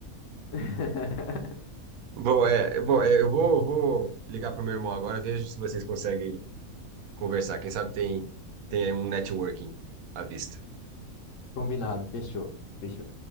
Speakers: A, on the left; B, on the right.
A: <laughs>
B: Bom, é, bom, é, eu vou, vou ligar para meu irmão agora, vejo se vocês conseguem conversar. Quem sabe tem, tem aí um networking à vista.
A: Combinado, fechou, fechou.